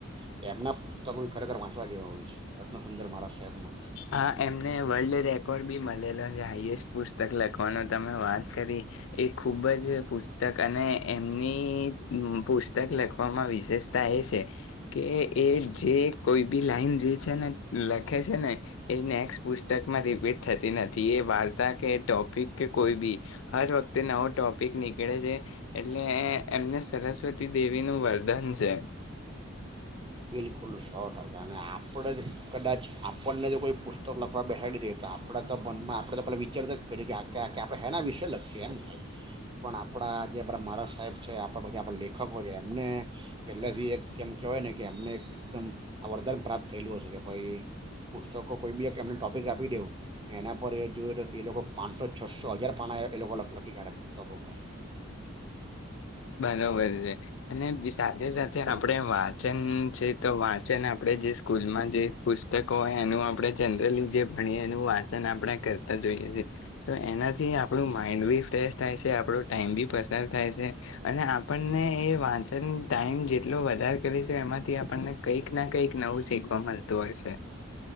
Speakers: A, on the right; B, on the left.
A: છે એમના પુસ્તકો ય ખરેખર વાંચવા જેવા હોય છે. રત્નસુંદર મહારાજ સાહેબના
B: હા એમને વર્લ્ડ રે કોડ પણ બી મલેલા છે હાઈએસ્ટ પુસ્તક લખવાનો તમે વાત કરી એ ખૂબ જ પુસ્તક અને એમની અમ પુસ્તક લખ આપવામાં વિશેષતા એ છે કે એ જે કોઈ બી લાઈન જે છે ને લખે છે ને એ નેક્સ્ટ પુસ્તકમાં રિપીટ થતી નથી એ વાર્તા કે ટોપિક કે કોઈ બી હર વખતે નવો ટોપિક નીકળે છે એટલે એમને સરસ્વતી દેવીનું વરદાન છે.
A: બિલકુલ સો ટકા અને આપણે જ કદાચ આપણને જો કોઈ પુસ્તક લખવા બેહાડી દે તો આપણા તો મનમાં આપણે તો પહેલા વિચારતા જ કરીએ કે આ આ આપણે હેના વિશેે લખીએ એમ થાય પણ આપણા જે આપણા મારા સાહેબ છે આપણા પછી આપણા લેખકો છે એમને પહેલેથી એક કેમ કહેવાય ને કે એમને એકદમ આ વરદાન પ્રાપ્ત થયેલું હશે કે ભાઈ પુસ્તકો કોઈ બી એક એમને ટોપિક આપી દેવ એના પર એ જોએ તો એ લોકો પાંચસો છસો હજાર પાના એ લોકો લખ લખી કાઢે પુસ્તકો ઉપર
B: બરોબર છે અને સાથે સાથે આપડે વાત ચન છે તો વાંચન આપણે જે સ્કૂલમાં જે પુસ્તકો હોય એનું આ આપણે જનરલી જે ભણીએ એનું વાંચન આપણે કરતા જ હોઈએ છે તો એનાથી આપણું માઈન્ડ બી ફ્રેશ થાય છે આપણો ટાઈમ બી પસાર થાય છે. અને આપણને એ વાંચન ટાઈમ જેટલો વધારે કરીશું એમાંથી આપણને કંઈક ના કંઈક નવું શીખવા મલતું હશે